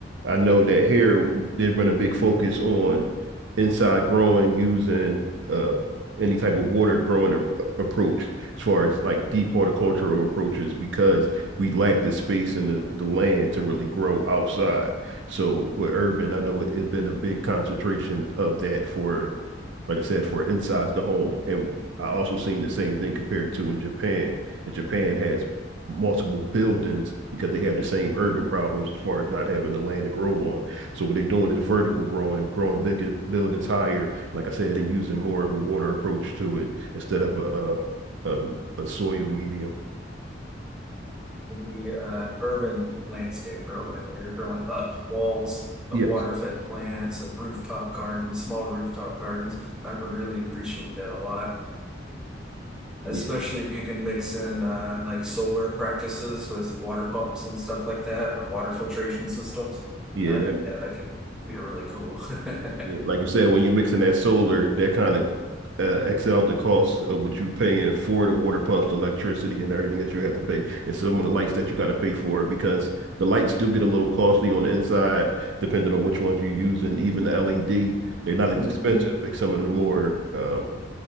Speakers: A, on the right (about 70°); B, in the centre.
A: I know that here there's been a big focus on inside growing using uh any type of water growing a approach as far as like deep horticultural approaches because we lack the space and the, the land to really grow outside. So with urban, I know it, it's been a big concentration of that for like I said for inside the home and I also seen the same thing compared to in Japan. And Japan has multiple buildings because they have the same urban problems as far as not having the land to grow on. So what they're doing is vertical growing, growing bigger buildings higher, like I said, and using more of a water approach to it instead of a a, a, a soil medium.
B: in the uh, urban landscape growing, where you're growing up walls of
A: Yes.
B: water-fed plants, of rooftop gardens, small rooftop gardens. I really appreciate that a lot, especially
A: Yeah,
B: if you can mix in uh, like solar practices with water pumps and stuff like that, or water filtration systems.
A: yeah,
B: Uh, yeah, that can be really cool. <laughs>
A: Yeah, like you said, when you're mixing that solar, that kind of uh, exit out the cost of what you're paying for the water pumps, the electricity, and everything that you have to pay, and some of the lights that you got to pay for because the lights do get a little costly on the inside, depending on which ones you use, and even the LED, they're not as
B: Mhm.
A: expensive like some of the more um,